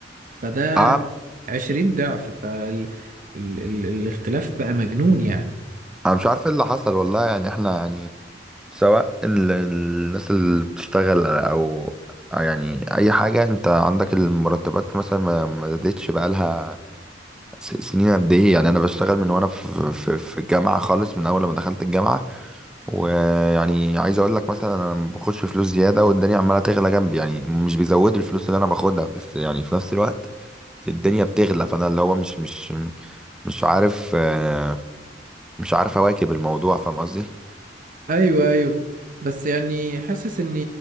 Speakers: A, on the right (about 45°); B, in the centre.
A: فده
B: اه
A: 20 ضعف فالاختلاف بقى مجنون يعني
B: انا مش عارف ايه اللي حصل والله يعني احنا يعني سواء ال- الناس اللي بتشتغل او يعني اي حاجه انت عندك المرتبات مثلا ما ما زادتش بقالها س- سنين قد ايه يعني انا بشتغل من وانا في في في الجامعه خالص من اول ما دخلت الجامعه ويعني عايز اقول لك مثلا انا ما باخدش فلوس زياده والدنيا عماله تغلى جنبي يعني مش بيزودوا الفلوس اللي انا باخدها بس يعني في نفس الوقت الدنيا بتغلى فانا اللي هو مش مش مش عارف آه، مش عارف اواكب الموضوع فاهم قصدي
A: ايوه ايوه بس يعني حاسس ان